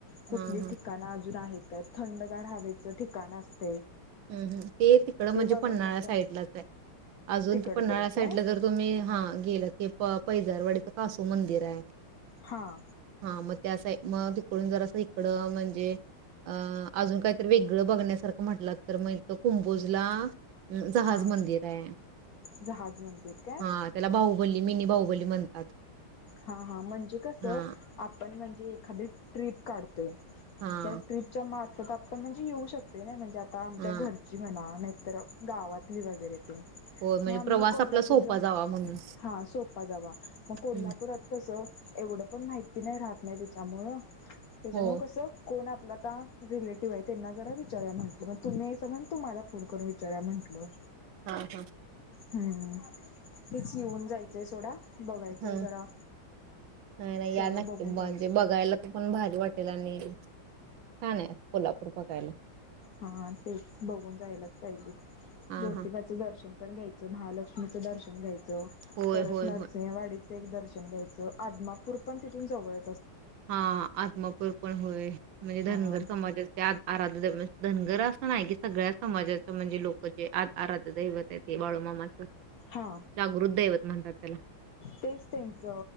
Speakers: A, on the left; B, on the right.
A: कुठली
B: हम, हम.
A: ठिकाणं अजून आहे का थंडगार हवेचं ठिकाण असतं.
B: हम-हम ते तिकड म्हणजे
A: बघायला
B: पन्हाळा
A: पण
B: साईडलाच आहे. अजून
A: तिकडच
B: ते पन्हाळा
A: आहे काय
B: साईडला जर तुम्ही हा गेल हे प पैजारवाडीचं कासू मंदिर आहे.
A: हां.
B: हा मग त्या असा मग तिकडून जर असं इकड म्हणजे अ अजून काहीतरी वेगळं बघण्यासारखं म्हंटला. तर मग हित कुंभोजला. जहाज
A: हां
B: मंदिर आहे.
A: जहाज मंदिर काय
B: हा त्याला बाहुबली. मिनी बाहुबली म्हणतात.
A: हा- हा म्हणजे कस
B: हां
A: आपण म्हण. जे एखादी ट्रिप काढतोय.
B: हां
A: त्या ट्रिपच्या मा त्यात आपण म्हणजे येऊ शकतोय नाही म्हणजे आता. आता आमच्या
B: हां
A: घरची म्हणा. ना तर गावातली वगैरे ते मग
B: होय म्हणजे
A: आम्ही
B: प्रवास
A: कोल्हापूरला
B: आपला सोपा जावा म्हणून
A: हा सोपा जावा, मग कोल्हा
B: हम्म.
A: परत कसं एवढं पण माहिती नाही राहत नाही त्याच्यामुळं त्याच्यामुळे
B: हो
A: कसं कोण आता रिलेटिव्ह आहे त्यांना जरा विचारूया म्हटलं. मग तुम्ही आहेसं म्हणून तुम्हाला. फोन करून विचारूया म्हटलं.
B: हां हां
A: हम् तेच येऊन जायचंय सोडा. बघायचं
B: हां
A: जरा.
B: नाही नाही
A: सगळं
B: या नक्की
A: बघून
B: म्हणजे
A: जायचं
B: बघायला ते पण भारी वाटेल आणि छान आहे कोल्हापूर बघायला.
A: हा तेच बघून जायलाचं पाहिजे.
B: हां
A: ज्योतिबाचं
B: हां
A: दर्शन. घ्यायचं. महालक्ष्मींच दर्शन घ्यायचं
B: होय
A: परत
B: होय
A: नृसिंहवाडी
B: होय
A: एक दर्शन घ्यायचं आदमापूर पण तिथून जवळ
B: हा आत्मापूर पण होय. म्हणजे धनगर
A: हा
B: समाजाचे आराध धनगर अस नाही की सगळ्या समाजाच म्हणजे लोक जे आराधध्य दैवत आहे ते बाळूमामाचं
A: हा
B: जागृत दैवत म्हणतात त्याला
A: तेच त्येच अ